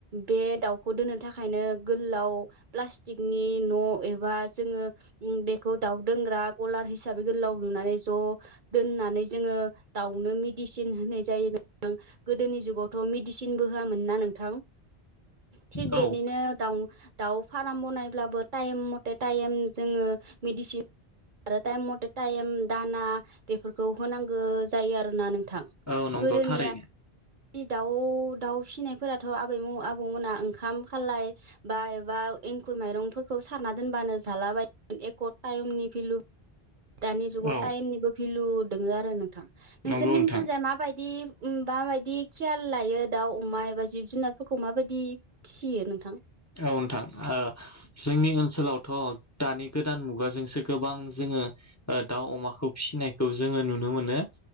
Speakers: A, on the right; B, on the left.
A: बे दाउखौ दोननो थाखायनो गोललाव प्लास्टिकनि न' एबा जोङो उम बे। खौ दाउ दोंग्रा गलार हिसाबै गोलाव लुनानै ज' दोननानै जोङो दाउनो मेडिसिन होनाय जायो नोंथां गोदोनि जुगावथ' मेडिसिनबो होआमोनना नोंथां? थिग
B: औ
A: बिदिनो दाउ। दाउ फाराम बनायब्लाबो टाइम मथे टाइम जोङो। मेडिसिन फ्रा टाइम मथे टाइम दाना बेफोरखौ होनांगो जायो आरोना नों थां
B: औ नंगौ
A: गोदोनिया।
B: थारैनो
A: दाउ दाउ फिसिनायफोराथ' आबैमु आबौमोना ओंखाम खालाय बा एबा एंखुर माइरंफोरखौ सारना दोनबानो जालाबायो एक' टाइम नि भिलु, दानि जुगाव
B: औ
A: टाइमनिबो भिलु। दोङो आरो नोंथां। नोंसोरनि
B: नंगौ नोंथां
A: ओनसोलजा माबायदि। उम बाबायदि खेयाल लायो दाउ अमा एबा जिब जुनारफोरखौ माबायदि फिसियो नोंथां?
B: औ नोंथां ओ जोंनि ओन सोलावथ' दानि गोदान मुगाजोंसो गोबां जोङो। ओ दाउ अमाखौ फिसिनायखौ जो जोङो नुनो मोनो।